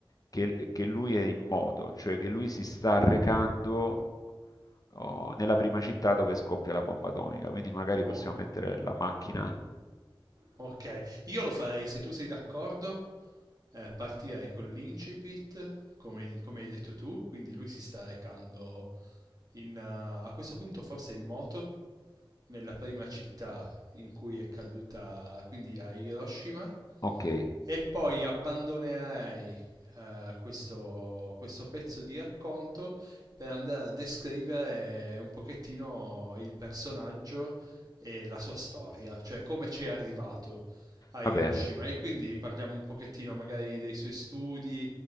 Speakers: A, on the left; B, on the right.
A: che, che lui è in moto, cioè che lui si sta recando oh, nella prima città dove scoppia la bomba atomica, quindi magari possiamo
B: o-
A: mettere la macchina.
B: ok. Io lo farei, se tu sei d'accordo, eh, partirei con l'incipit, come, come hai detto tu. Quindi lui si sta recando in, eh, a questo punto forse in moto nella prima città in cui è caduta, quindi a Hiroshima,
A: Ok,
B: e poi abbandonerei eh, questo, questo pezzo di racconto per andare a descrivere un pochettino il personaggio e la sua storia, cioè come ci è arrivato a
A: Vabbè,
B: Hiroshima. E quindi parliamo un pochettino magari dei suoi studi,